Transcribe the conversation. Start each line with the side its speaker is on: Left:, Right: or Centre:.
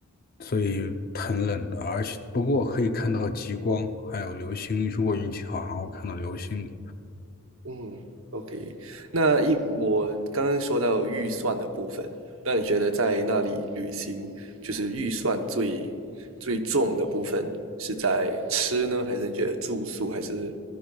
Left: 所以很冷的，而且不过可以看到极光，还有流星，如果运气好还会看到流星的。
Right: 嗯，OK。那一我刚刚说到预算的部分，那你觉得在那里旅行，就是预算最最重的部分是在吃呢，还是你觉得住宿，还是